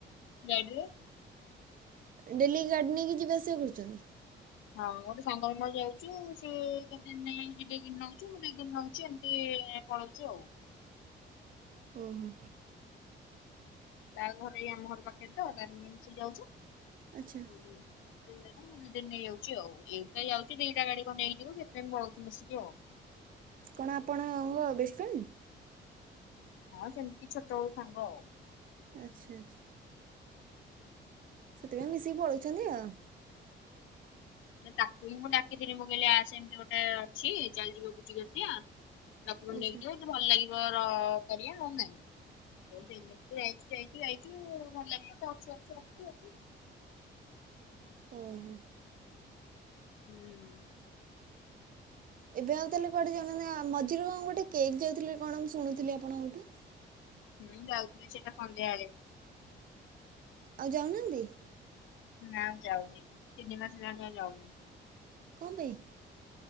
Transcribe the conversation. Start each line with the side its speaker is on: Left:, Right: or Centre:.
Left: ଗାଡ଼ିରେ।
Right: ଡେଲି ଗାଡ଼ି ନେଇକି ଯିବା ଆସିବା କରୁଚନ୍ତି?
Left: ହଁ ଗୋଟେ ସାଙ୍ଗର ମୋର ଯାଉଚୁ ସିଏ କେତେ ଦିନ ନେଇଆଉଚି ଦି ଦିନର ନଉଚୁ ମୁଁ ଦି ଦିନ ନଉଚି ଏମତି ପଳଉଚୁ ଆଉ।
Right: ଓହୋ।
Left: ତା ଘର ଏଇ ଆମ ଘର ପାଖେରେ ତ ତାର ମୋର ମିଶିକି ଯାଉଚୁ।
Right: ଆଚ୍ଛା।
Left: ଏ ଦି ଦିନ ନେଲେ ମୁଁ ଦି ଦିନ ନେଇଯାଉଚି ଆଉ ଏ ତାଇ ଯାଉଚି ଦିଟା ଗାଡ଼ି କ ନେଇକି ଯିବୁ ସେଥିପାଇଁ ପଳଉଚୁ ମିଶିକି ଆଉ।
Right: କଣ ଆପଣଙ୍କ ବେଷ୍ଟ ଫେନ୍?
Left: ହଁ ସେମତି ଛୋଟ ଅଳୁ ସାଙ୍ଗ ଆଉ।
Right: ଆଚ୍ଛା ଆଚ୍ଛା ସେଥିପାଇଁ ମିଶିକି ପଳଉଚନ୍ତି ଆଉ।
Left: ଦେ ତାକୁ ହିଁ ମୁଁ ଡାକିଥିଲି ମୁଁ କହିଲି ଆସେ ଏମତି ଗୋଟେ ଛି ଚାଲଯିବା ବୁଝିକି ଆସିଆ ଡକୁମେଣ୍ଟ୍
Right: ଆଚ୍ଛା
Left: ନେଇକିଯିବ ଦି ଭଲ ଲାଗିବ ର କରିଆ ନଅଲେ ନାଇଁ। ଓ ସେଇ ଦିନଠୁ ଯାଇଚୁ ଯାଇଚୁ ଯାଇଚୁ ଭଲ ଲାଗିଲା ତ ଅଛୁ ଅଛୁ ଅଛୁ ଆଉ।
Right: ଓହୋ।
Left: ହୁଁ।
Right: ଏବେ ଆଉ ତାହେଲେ କୁଆଡ଼େ ଯାଉନାହାନ୍ତି। ଆ ମଝିରେ କଁ ଗୋଟେ କେକ୍ ଯାଉଥୁଲେ କଣ ମୁଁ ଶୁଣୁଥୁଲି ଆପଣଙ୍କଠୁ।
Left: ହୁଁ ଯାଉଥିଲି ସେଇଟା ସନ୍ଧ୍ୟାଏଳେ।
Right: ଆଉ ଯାଉନାହାନ୍ତି?
Left: ନାଁ ଆଉ ଯାଉନି ତିନି ମାସ ହେଲାଣି ଆଉ ଯାଉନି।
Right: କଁ ପାଇଁ?